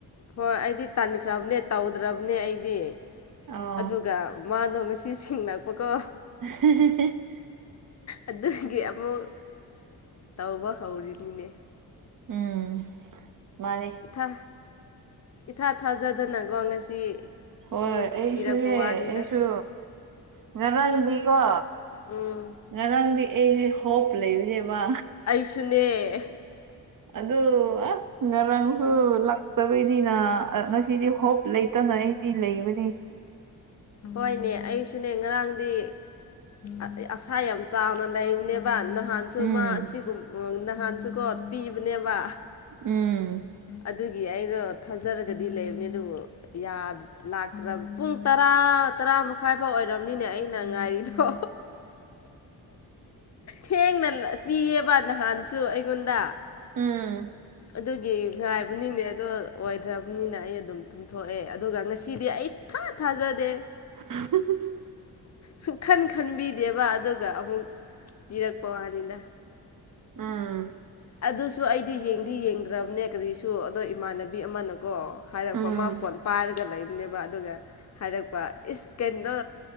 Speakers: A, on the left; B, on the right.
A: ꯍꯣꯏ ꯑꯩꯗꯤ ꯇꯟꯈ꯭ꯔꯕꯅꯦ ꯇꯧꯗ꯭ꯔꯕꯅꯦ ꯑꯩꯗꯤ
B: ꯑꯣ
A: ꯑꯗꯨ ꯃꯥꯗꯣ ꯉꯁꯤ ꯁꯤꯡꯡꯂꯛꯄꯀꯣ
B: <unintelligible>
A: ꯑꯗꯨꯒꯤ ꯑꯃꯨꯛ ꯇꯧꯕ ꯍꯧꯔꯤꯅꯤꯅꯦ
B: ꯎꯝ ꯃꯥꯅꯦ
A: ꯥ ꯏꯊꯥ ꯊꯥꯖꯗꯅꯀꯣ ꯉꯁꯤ
B: ꯍꯣꯏ
A: ꯑꯃꯨꯛ
B: ꯑꯩꯁꯨꯅꯦ
A: ꯄꯤꯔꯛꯄ ꯋꯥꯅꯤꯗ
B: ꯑꯩꯁꯨ ꯉꯔꯥꯡꯗꯤꯀꯣ
A: ꯎꯝ
B: ꯉꯔꯥꯡꯗꯤ ꯑꯩꯁꯦ ꯍꯣꯞ ꯂꯩꯕꯅꯦꯕ
A: ꯑꯩꯁꯨꯅꯦ
B: ꯑꯗꯨ ꯑꯁ ꯉꯔꯥꯡꯁꯨ ꯂꯇꯕꯩꯅꯤꯅ ꯉꯁꯤ ꯁꯤꯗꯤ ꯍꯣꯞ ꯂꯩꯇꯅ ꯑꯩꯗꯤ ꯂꯩꯕꯅꯤ
A: ꯍꯣꯏꯅꯦ ꯑꯩꯁꯨꯅꯦ ꯉꯔꯥꯡꯗꯤ ꯑꯗꯩ ꯑꯁꯥ ꯌꯥꯝ ꯆꯥꯎꯅ ꯂꯩꯕꯅꯦꯕ ꯅꯍꯥꯟ
B: ꯎꯝ
A: ꯃꯥ ꯁꯤꯒꯨꯝ ꯅꯍꯥꯟꯁꯨꯀꯣ ꯄꯤꯕꯅꯦꯕ
B: ꯎꯝ
A: ꯑꯗꯨꯒꯤ ꯑꯩꯗꯣ ꯊꯥꯖꯔꯒꯗꯤ ꯂꯩꯕꯅꯦ ꯑꯗꯨꯕꯨ ꯌꯥ ꯂꯥꯛꯇ꯭ꯔꯕ ꯄꯨꯡ ꯇꯔꯥ ꯇꯔꯥ ꯃꯈꯥꯏ ꯐꯥꯎ ꯑꯣꯏꯔꯝꯅꯤꯅꯦ ꯑꯩꯅ ꯉꯥꯏꯔꯤꯗꯣ ꯊꯦꯡꯅ ꯄꯤꯌꯦꯕ ꯅꯍꯥꯟꯁꯨ ꯑꯩꯉꯣꯟꯗ
B: ꯎꯝ
A: ꯑꯗꯨꯒꯤ ꯉꯥꯏꯕꯅꯤꯅꯦ ꯑꯗꯣ ꯑꯣꯏꯗ꯭ꯔꯕꯅꯤꯅ ꯑꯩ ꯑꯗꯨꯝ ꯇꯨꯝꯊꯣꯛꯑꯦ ꯑꯗꯨꯒ ꯉꯁꯤꯗꯤ ꯑꯩ ꯁꯨꯡꯊꯥ ꯊꯥꯖꯗꯦ
B: <unintelligible>
A: ꯁꯨꯛꯈꯟ ꯈꯟꯕꯤꯗꯦꯕ ꯑꯗꯨꯒ ꯑꯃꯨꯛ ꯄꯤꯔꯛꯄ ꯋꯥꯅꯤꯗ
B: ꯎꯝ
A: ꯑꯗꯨꯁꯨ ꯑꯩꯗꯤ ꯌꯦꯡꯗꯤ ꯌꯦꯡꯗ꯭ꯔꯕꯅꯦ ꯀꯔꯤꯁꯨ ꯑꯗꯣ ꯏꯃꯥꯟꯅꯕꯤ ꯑꯃꯅꯀꯣ ꯍꯥꯏꯔꯛꯄ
B: ꯎꯝ
A: ꯑꯃ ꯐꯣꯟ ꯄꯥꯏꯔꯒ ꯂꯩꯕꯅꯦꯕ ꯑꯗꯨꯒ ꯍꯥꯏꯔꯛꯄ ꯏꯁ ꯀꯩꯅꯣꯗꯣ